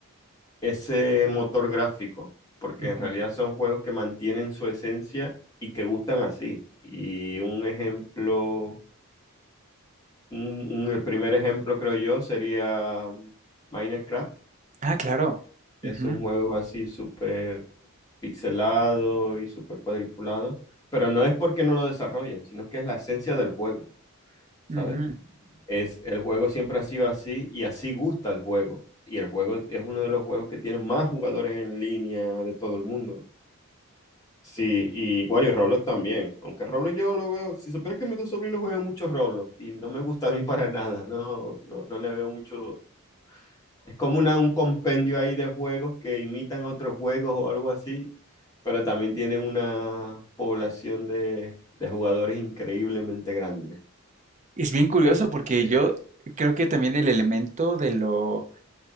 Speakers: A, on the left; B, on the right.
A: ese motor gráfico, porque
B: Ujú.
A: en realidad son juegos que mantienen su esencia y que gustan así. Y un ejemplo, un- un- el primer ejemplo creo yo sería Minecraft.
B: Ah, claro.
A: Es
B: Ujú,
A: un juego así súper pixelado y súper cuadriculado, pero no es porque no lo desarrollen, sino que es la esencia del juego, ¿sabes?
B: ujú.
A: Es, el juego siempre ha sido así y así gusta el juego. Y el juego es uno de los juegos que tiene más jugadores en línea de todo el mundo. Sí, y bueno, y Roblox también. Aunque Roblox yo lo veo, si supieras que mis dos sobrinos juegan mucho Roblox y no me gusta a mí para <laughs> nada, no, no, no le veo mucho, es como una, un compendio ahí de juegos que imitan a otros juegos o algo así, pero también tiene una población de, de jugadores increíblemente grande.
B: Es bien curioso
A: Pues,
B: porque
A: sí.
B: yo creo que también el elemento de lo